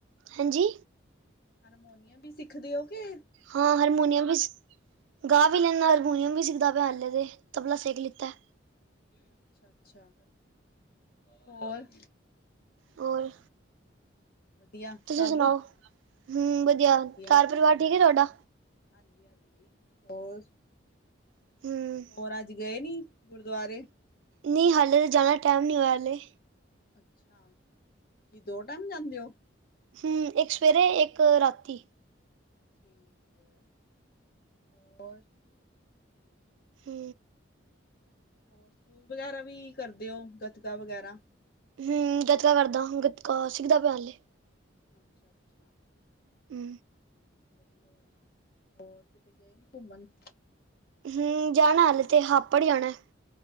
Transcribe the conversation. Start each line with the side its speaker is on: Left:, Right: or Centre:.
Right: ਹਾਂਜੀ।
Left: ਹਰਮੋਨੀਅਮ ਵੀ ਸਿੱਖਦੇ ਓ ਕੇ?
Right: ਹਾਂ ਹਾਰਮੋਨੀਅਮ ਵੀ ਸਿ, ਗਾ ਵੀ ਲੈਨਾ ਹਰਮੋਨੀਅਮ ਵੀ ਸਿੱਖਦਾ ਪੇਆ ਹਲੇ ਤੇ, ਤਬਲਾ ਸਿਖ ਲਿੱਤਾ।
Left: ਅੱਛਾ ਅੱਛਾ, ਹੋਰ?
Right: ਹੋਰ।
Left: ਵਧੀਆ
Right: ਤੁਸੀਂ
Left: ਸਭ
Right: ਸੁਣਾਓ ਹੂੰ ਵਧੀਆ
Left: ਵਧੀਆ-ਵਧੀਆ।
Right: ਘਰ ਪਰਿਵਾਰ ਠੀਕ ਹੈ ਤੁਹਾਡਾ
Left: ਹਾਂਜੀ-ਹਾਂਜੀ, ਹੋਰ?
Right: ਹੂੰ
Left: ਹੋਰ ਅੱਜ ਗਏ ਨੀ ਗੁਰਦੁਆਰੇ?
Right: ਨਈ ਹਾਲੇ ਤੇ ਜਾਨੈ ਟਾਈਮ ਨੀ ਹੋਏਆ ਹਾਲੇ।
Left: ਅੱਛਾ, ਕੀ ਦੋ ਟੈਮ ਜਾਂਦੇ ਓ?
Right: ਹੂੰ, ਏਕ ਸਵੇਰੇ ਏਕ ਰਾਤੀ।
Left: ਠੀਕ ਐ, ਹੋਰ?
Right: ਹੂੰ।
Left: ਹੋਰ ਸਕੂਲ ਵਗੈਰਾ ਵੀ ਕਰਦੇ ਓ ਗਤਕਾ ਵਗੈਰਾ?
Right: ਹੂੰ ਗੱਤਕਾ ਕਰਦਾਂ। ਗੱਤਕਾ ਸਿੱਖਦਾ ਪੇਆ ਹਾਲੇ,
Left: ਅੱਛਾ-ਅੱਛਾ।
Right: ਹੂੰ।
Left: ਵਧੀਆ ਆ, ਹੋਰ ਕਿਤੇ ਗਏ ਨੀ ਘੁੰਮਨ?
Right: ਹੂੰ। ਜਾਣਾ ਹਾਲੇ ਤੇ ਹਾਪੜ ਜਾਣੈ।